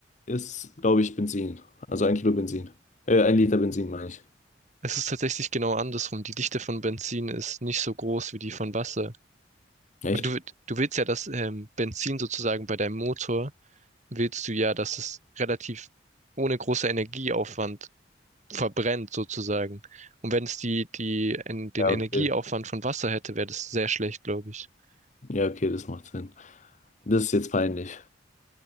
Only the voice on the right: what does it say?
Es ist tatsächlich genau andersrum. Die Dichte von Benzin ist nicht so groß wie die von Wasser.
Weil du, du willst ja, dass ähm, Benzin sozusagen bei deinem Motor, willst du ja, dass es relativ ohne großer Energieaufwand verbrennt sozusagen. Und wenn es die, die, en- den
Energieaufwand
von Wasser hätte, wäre das sehr schlecht, glaube ich. <laughs>